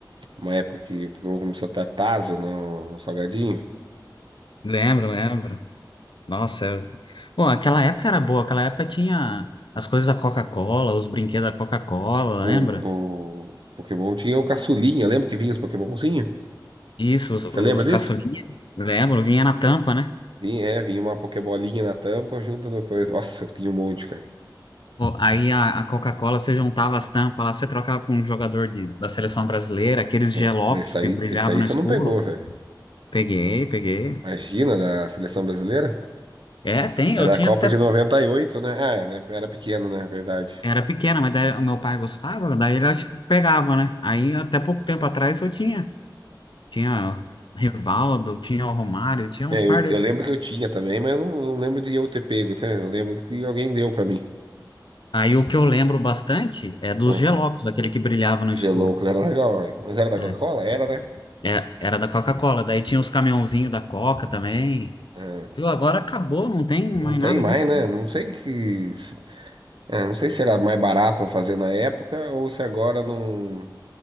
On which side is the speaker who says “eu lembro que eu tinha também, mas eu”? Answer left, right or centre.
Right